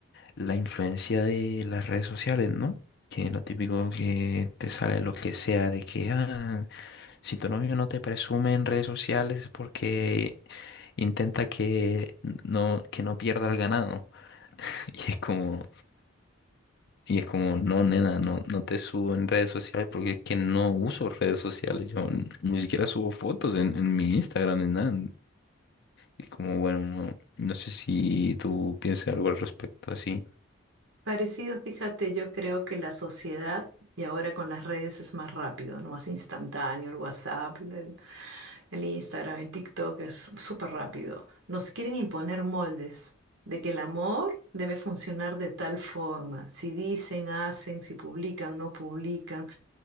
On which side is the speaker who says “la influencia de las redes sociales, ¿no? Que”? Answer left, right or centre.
Left